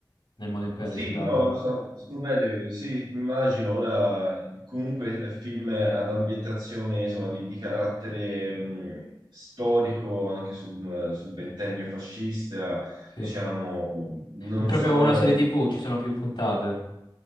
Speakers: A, on the left; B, on the right.
A: nel modo in cui
B: Sì,
A: ha recitato.
B: no, sono, sono belle, sì, immagino ora comunque eh, film ad ambientazione insomma, di, di carattere mh, storico anche sul, sul ventennio fascista,
A: Sì.
B: diciamo, non
A: È proprio
B: sono
A: una serie TV, ci sono più puntate.